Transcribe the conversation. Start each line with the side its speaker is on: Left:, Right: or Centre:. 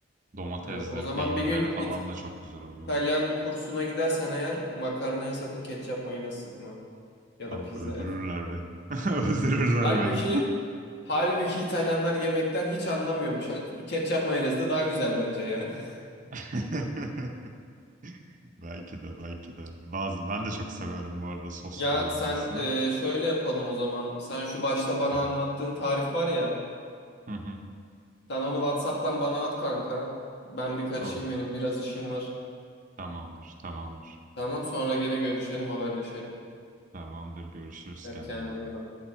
Right: Domatesleri,
Left: Evet o zaman
Right: peynirleri
Left: bir gün
Right: falan
Left: İt-
Right: da çok güzel oluyor.
Left: İtalyan kursuna gidersen eğer makarnaya sakın ketçap mayonez sıkma. Ya
Right: Ama
Left: da pizzaya.
Right: öldürürler
Left: <laughs>
Right: beni. <laughs> Öldürürler
Left: Halbuki
Right: beni.
Left: halbuki İtalyanlar yemekten hiç anlamıyormuş. Ketçap mayonezli daha güzel bence yani. <laughs>
Right: <laughs> Belki de belki de. Bazı ben de çok severim bu arada sos
Left: Ya
Right: kullanmasını.
Left: sen e, şöyle yapalım o zaman. Sen şu başta bana
Right: Hı
Left: anlattığın
Right: hı,
Left: tarif var ya.
Right: hı hı.
Left: Sen onu WhatsApp'tan bana at kanka. Ben bir kaçayım
Right: Olur.
Left: benim biraz işim var.
Right: Tamamdır. Tamamdır.
Left: Tamam sonra gene görüşelim haberleşelim.
Right: Tamamdır. Görüşürüz.
Left: Hadi
Right: Kendine
Left: kendine
Right: iyi bak.
Left: iyi bak.